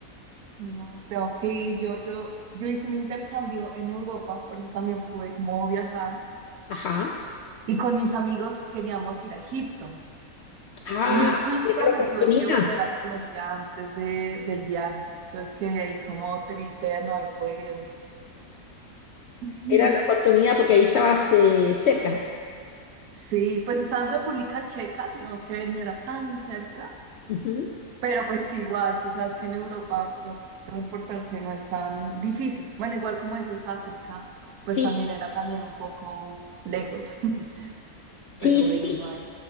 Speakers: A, on the right; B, on the left.
A: No, tengo que ir. Yo, yo, yo hice un intercambio en Europa, por eso también pude como viajar.
B: Ajá.
A: Y con mis amigos queríamos ir a Egipto.
B: Ah,
A: Y justo
B: era la
A: me
B: oportunidad.
A: tuve que volver a Colombia antes de, del viaje. Entonces quedé ahí como triste de no haber podido. <laughs>
B: Era la oportunidad porque ahí estabas eh, cerca.
A: Sí, pues estaba en República Checa, digamos que no era tan cerca.
B: Ujú.
A: Pero pues igual, tú sabes que en Europa tras- transportarse no es tan difícil. Bueno, igual como eso es África, pues
B: Sí,
A: también era también un poco lejos. <laughs>
B: sí,
A: Pero
B: sí,
A: bueno,
B: sí,
A: igual.